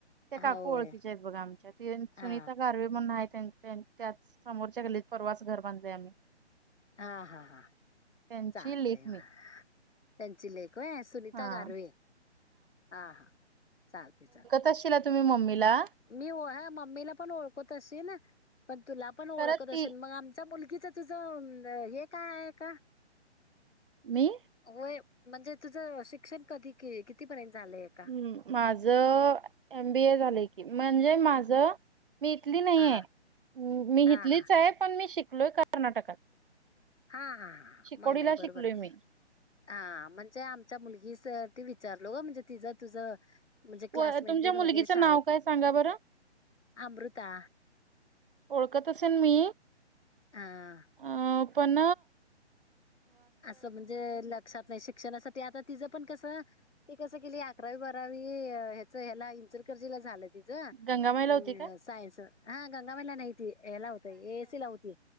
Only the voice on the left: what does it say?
होय
हा
आ हा हा
चालत
मग
त्यांची लेख व्हय सुनीता
गारवे. हा हा चालतय चाल
मी व्हय मम्मीला पण ओळखत असीन पण तुला पण ओळखत
असीन मग आम चं मुलगीच तुझं हे काय आहे का
होय म्हणजे तुझं शिक्षण कधी की कितीपर्यंत झालंय का
हा
हा
हा
हा हा हा
मग नाय बरोबर
हाय
हा म्हणजे आमच्या मुलगी स ती विचारलो ओ म्हणजे तिझं तुझं म्हणजे
क्लासमेट
देन
वगैरे शाळेत
अमृता
हा
असं म्हणजे लक्षात नाय शिक्षणासाठी आता तिचं पण कसं ते कसं केली अकरावी बारावी ह्याच ह्याला इंचलकरजीला झालं तीच हम्
सायनस हा गंगामायला नाहीत. ती हेला होतय ए ए सी ला होती